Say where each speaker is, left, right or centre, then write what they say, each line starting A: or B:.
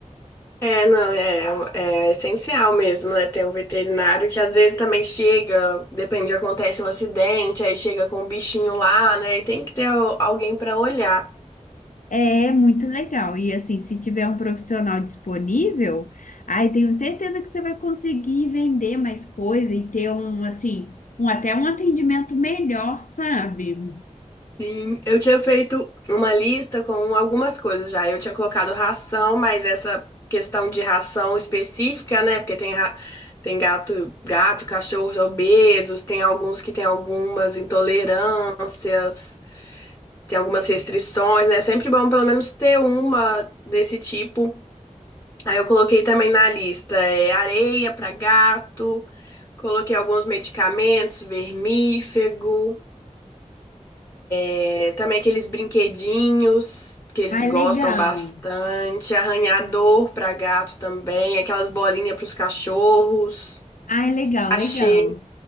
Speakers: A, on the left; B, on the left.
A: É, não, é, é essencial mesmo, né? Ter um veterinário que às vezes também chega, depende, acontece um acidente, aí chega com o bichinho lá, né? E tem que ter al- alguém para olhar.
B: É muito legal. E assim, se tiver um profissional disponível, aí tenho certeza que você vai conseguir vender mais coisa e ter um assim, um até um atendimento melhor, sabe?
A: Sim, eu tinha feito uma lista com algumas coisas já. Eu tinha colocado ração, mas essa questão de ração específica, né? Porque tem, ra- tem gato, gato, cachorros obesos, tem alguns que têm algumas intolerâncias. tem algumas restrições, né? É Sempre bom pelo menos ter uma desse tipo. Aí eu coloquei também na lista é, areia para gato, coloquei alguns medicamentos, vermífugo, é, também aqueles brinquedinhos que eles
B: Ai,
A: gostam
B: legal.
A: bastante, arranhador para gato também, aquelas bolinhas para os cachorros,
B: Ai, legal,
A: sachê.
B: legal.